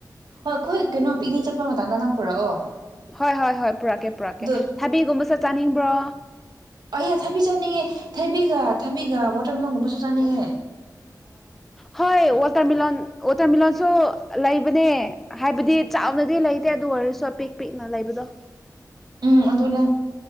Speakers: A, on the right (about 80°); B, in the centre.
A: ꯍꯣꯏ ꯈꯨꯜ ꯀꯩꯅꯣ ꯄꯤꯛꯅꯤꯛ ꯆꯠꯄ ꯃꯇꯗ ꯅꯪ ꯄꯨꯔꯛꯑꯣ
B: ꯍꯣꯏ ꯍꯣꯏ ꯍꯣꯏ ꯄꯨꯔꯛꯀꯦ ꯄꯨꯔꯛꯀꯦ
A: ꯑꯗꯨ
B: ꯊꯥꯕꯤꯒꯨꯝꯕꯁꯨ ꯆꯥꯅꯤꯡꯕ꯭ꯔꯣ
A: ꯑꯩꯌꯥ‌ ꯊꯥꯕꯤ ꯆꯥꯅꯤꯡꯉꯦ ꯊꯥꯏꯕꯤꯒ ꯊꯥꯕꯤꯒ ꯋꯥꯇꯔꯃꯦꯂꯟꯒꯨꯝꯕꯁꯨ ꯆꯥꯅꯤꯡꯉꯦ
B: ꯍꯣꯏ ꯋꯥꯇꯔꯃꯤꯂꯣꯟ ꯋꯥꯇꯔꯃꯤꯂꯟꯁꯨ ꯂꯩꯕꯅꯦ ꯍꯥꯏꯕꯗꯤ ꯆꯥꯎꯅꯗꯤ ꯂꯩꯇꯦ ꯑꯗꯨ ꯑꯣꯏꯔꯁꯨ ꯑꯄꯤꯛ ꯄꯤꯛꯅ ꯂꯩꯕꯗꯣ
A: ꯎꯝ ꯑꯗꯨꯅꯦ